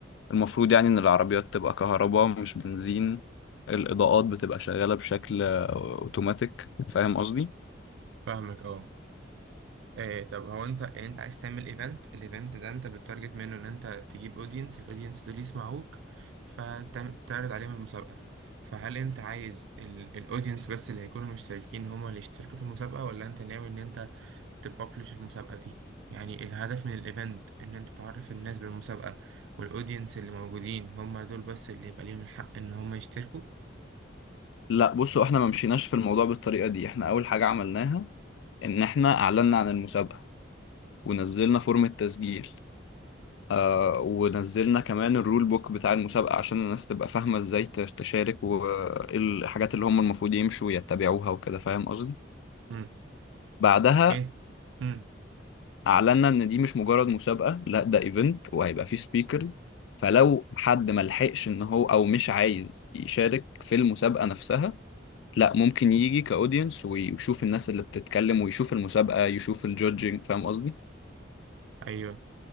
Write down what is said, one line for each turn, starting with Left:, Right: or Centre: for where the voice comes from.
Left: المفروض يعني إن العربيات تبقى كهرباء مش بنزين الإضاءات بتبقى شغالة بشكل أوتوماتيك فاهم قصدي؟
Right: فاهمك اه إيه طب هو انت يعني انت عايز تعمل ايفنت الايفنت ده انت بتتارجت منه ان انت تجيب اودينس الاودينس دول يسمعوك فتعرض عليهم المسابقة فهل انت عايز الاودينس بس اللي هيكونوا مشتركين هما اللي يشتركوا في المسابقة ولا انت ناوي ان انت تبابلش المسابقة دي يعني الهدف من الايفنت ان انت تعرف الناس بالمسابقة والاودينس اللي موجودين هما دول بس اللي يبقى ليهم الحق ان هما يشتركوا
Left: لا بصوا احنا ما مشيناش في الموضوع بالطريقة دي احنا أول حاجة عملناها إن احنا أعلنا عن المسابقة ونزلنا فورم التسجيل آه ونزلنا كمان الرول بوك بتاع المسابقة عشان الناس تبقى فاهمة ازاي تش- تشارك وايه الحاجات اللي هم المفروض يمشوا يتبعوها وكده فاهم قصدي
Right: امم
Left: بعدها
Right: ايه امم
Left: اعلنا ان دي مش مجرد مسابقة لا ده ايفنت وهيبقى فيه سبيكر فلو حد ملحقش ان هو او مش عايز يشارك في المسابقة نفسها لا ممكن يجي كاودينس ويشوف الناس اللي بتتكلم ويشوف المسابقة يشوف الجودجينج فاهم قصدي؟
Right: ايوه